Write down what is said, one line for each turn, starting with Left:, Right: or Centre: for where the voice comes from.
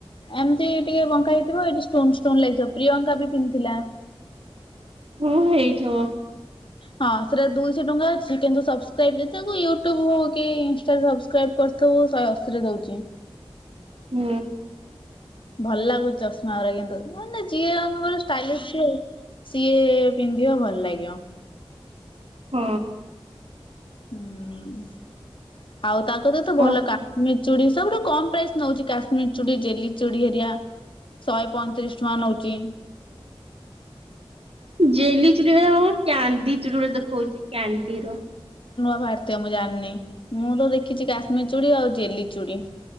Left: ଏମିତି ଟିକେ ବଙ୍କା ହେଇଥିବ, ଏଇଠି ଷ୍ଟୋନ ଷ୍ଟୋନ ଲାଗିଥିବ, ପ୍ରିୟଙ୍କା ବି ପିନ୍ଧିଥିଲା।
Right: ହୁଁ ହେଇଥିବ।
Left: ହଁ ସେଟା ଦୁଇଶହ ଟଙ୍କା ଅଛି। କିନ୍ତୁ ସବସ୍କ୍ରାଇବ ଯେ ତାକୁ ୟୁଟ୍ୟୁବ ହଉ କି ଇନଷ୍ଟା ରେ ସବସ୍କ୍ରାଇବ କରିଥିବୁ, ଶହେ ଅଶି ରେ ଦଉଛି।
Right: ହୁଁ।
Left: ଭଲ ଲାଗୁଛି ଚଷମା ଗୁରା କିନ୍ତୁ ମାନେ ଝିଏ <unintelligible> ଷ୍ଟାଇଲିଶ ଥିବୁ ସିଏ ପିନ୍ଧିବ ଭଲ ଲାଗିବ।
Right: ହଁ।
Left: ହୁଁ। ଆଉ ତାକୁ ତ ତ ଭଲ
Right: ଓହ
Left: କାଶ୍ମୀର ଚୁଡ଼ି ବି ସବୁଠୁ କମ ପ୍ରାଇସ୍ ନଉଛି କାଶ୍ମୀର ଚୁଡ଼ି ଜେଲି ଚୁଡି ହେରିଆ। ଶହେ ପଇଁତିରିଶ ଟଙ୍କା ନଉଚି।
Right: ଜେଲିଚୁଡ଼ି ଗୁଡା କଣ କ୍ୟାଣ୍ଡି ଚୁଡ଼ି ପରି ଦେଖଉଛି। କ୍ୟାଣ୍ଡି ର
Left: ବାହାରିଥିବ ମୁଁ ଜାଣିନି। ମୁଁ ତ ଦେଖିଛି କାଶ୍ମୀର ଚୁଡ଼ି ଆଉ ଜେଲି ଚୁଡ଼ି।